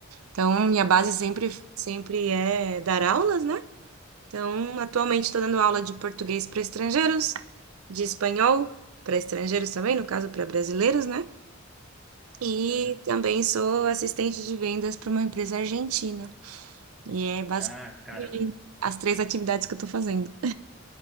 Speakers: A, on the right; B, in the centre.
A: Então, minha base sempre, sempre é dar aulas, né? Então, atualmente estou dando aula de português para estrangeiros, de espanhol para estrangeiros também, no caso para brasileiros, né? E
B: Uhum.
A: também sou assistente de vendas para uma empresa argentina. E é basicamente
B: Ah, caramba.
A: as três atividades que eu estou fazendo.